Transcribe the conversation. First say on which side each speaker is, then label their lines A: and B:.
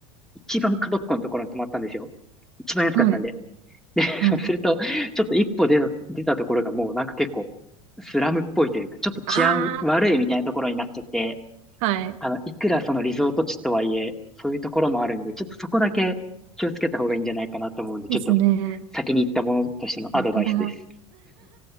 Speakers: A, in the centre; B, on the right.
A: 一番角っこのところに泊まったんですよ。一番安かったんで。
B: はい。
A: <laughs> で、
B: はい。
A: そうすると、ちょっと一歩出た、出たところがもうなんか結構、スラムっぽいというか、ちょっと治安悪いみたいなところになっちゃって、
B: ああ、はい。
A: あの、いくらそのリゾート地とはいえ、そういうところもあるんで、ちょっとそこだけ気をつけた方がいいんじゃないかなと思うんで、ちょっと
B: ですね。
A: 先に言ったものとしてのアドバイスです。
B: 本当だ。